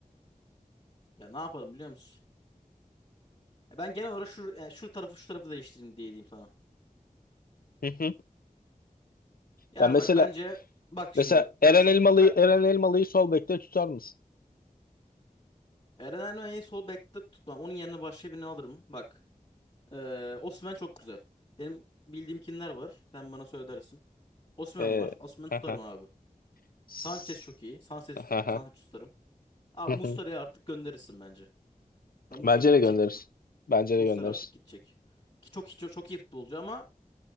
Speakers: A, on the left; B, on the left.
A: ya ne yaparım biliyor musun? Ya ben genel olarak şu yani şu tarafı şu tarafı değiştireyim diye diyeyim sana.
B: Hı hı.
A: Yani
B: Ya mesela
A: bak bence bak şimdi
B: mesela Eren
A: ben,
B: Elmalı'yı
A: ben
B: Eren Elmalı'yı sol bekte tutar mısın?
A: Eren Ermeni'yi sol bekte tutmam. Onun yerine başka birini alırım. Bak. Ee, Osimhen çok güzel. Benim bildiğim kimler var? Sen bana söylersin. Osimhen
B: Ee,
A: var. Osimhen tutarım
B: aha.
A: abi.
B: S-
A: Sanchez çok iyi. Sanchez,
B: aha.
A: tut- Sanchez tutarım. Abi
B: Hı
A: Muslera'yı
B: hı. hı.
A: artık gönderirsin bence. Da Muslera
B: Bence
A: gidecek
B: de gönderirsin.
A: gibi.
B: Bence
A: Muslera
B: de gönderirsin.
A: artık gidecek. Ki çok iyi, çok, çok iyi futbolcu ama